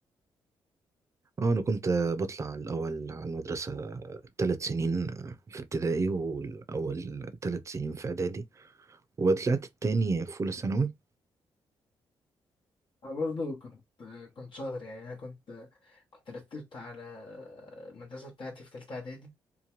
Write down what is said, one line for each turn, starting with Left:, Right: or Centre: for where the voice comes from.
Right: اه انا كنت بطلع الاول على المدرسه ثلاث سنين في ابتدائي والاول ثلاث سنين في اعدادي وطلعت التاني في اولى ثانوي
Left: أنا برضه كنت كنت شاطر يعني أنا كنت كنت رتبت على المدرسة بتاعتي في تالتة إعدادي